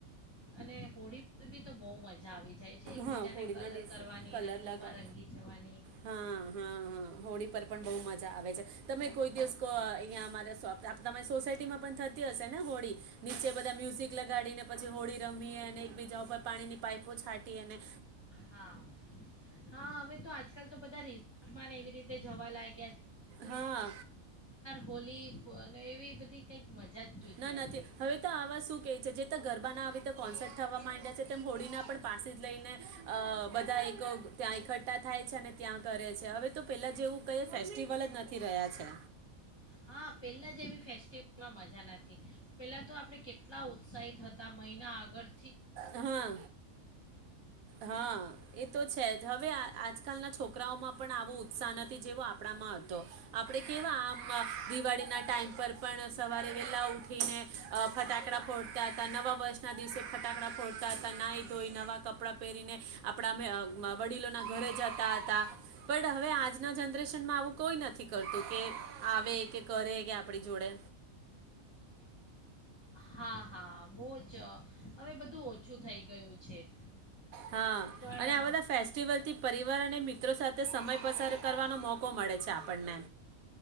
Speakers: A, on the left; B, on the right.
A: અને હોળી પર બી તો બહુ મજા આવી જાય છે એકબીજાને
B: હા હોળીના
A: કલર
B: દિસ
A: કરવાની
B: કલર
A: રંગોમાં
B: લગા
A: રંગી જવાની
B: હા હા હા હોળી પર પણ બહ મજા આવે છે તમે કોઈ દિવસ વ અહંયા અમારે તમારી સોસાયટીમાં પણ થતી હશે ને હોળી નીચે બધા મ્યુઝિક લગાડી ને પછી હોળી રમીયે. ને એકબીજા ઉપર પાણીની પાઇપો છાંટીને.
A: હા, હા હવે તો આજ આજકાલ તો બધા રિઝોર્ટમાંને એવી રીતે જવા લાગ
B: હા
A: હોલી અને એવી બધી કંઈક મજા જ જુદી
B: ના નથી
A: હતી
B: હવે તો આવા શું કે છે જે ગરબાના આવીતે કોન્સર્ટ થવા માંડ છે તેમ હોળીના પણ પાસે જ લઈને. અ બધા એક ત્યાં એકઠઠા થાય છે અને ત્યાં કરે છે હવે તો પેલા જેવું ક ફેસ્ટલ લ જ નથી રહ્યા છે.
A: હા પહેલા જે એવી ફેસ્ટિવલમાં મજા નથી પહેલાં તો આપણે કેટલા ઉત્સાહિત હતા મહિના આગળ
B: હા હા એ તો છે જ હવે આજકાલના છોક કરાયોમાં. પણ આવો ઉત્સાહ નથી જેવો આપણામાં હતો. આપણે કેવા આમ દિવાળીના ટાઈમ પર પણ સવારે વેલા ઉઠીને ફટાકડા ફોડતા હતા નવા વર્ષના દિવસે ફટાકડા ફોડતા હતા ના ધોઈ નવા કપડાં પહેરીને આપણા વડીલોના ઘરે જતા હતા પણ હવે આજના જનરેશનમાં આવું કોઈ નથી કરતું કે આવે કે કરે કે આપડી જોડે.
A: હા. હા ભોજ હવે બધું ઓછું થઈ ગયું છે.
B: હા,
A: પણ
B: અને
A: અ,
B: આ બધા ફેસ્ટિવલથી પરિવાર અને મિત્રો સાથે સમય પસાર કરવાનો મોકો મળે છે આપણને.